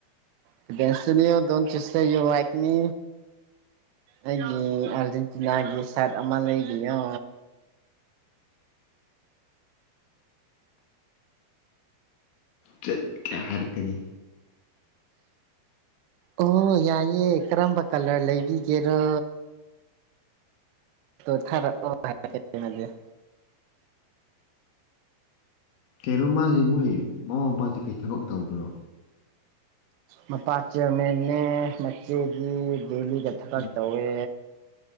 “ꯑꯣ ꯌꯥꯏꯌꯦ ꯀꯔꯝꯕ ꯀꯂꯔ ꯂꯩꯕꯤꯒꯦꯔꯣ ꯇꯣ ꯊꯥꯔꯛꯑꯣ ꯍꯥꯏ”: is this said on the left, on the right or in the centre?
Right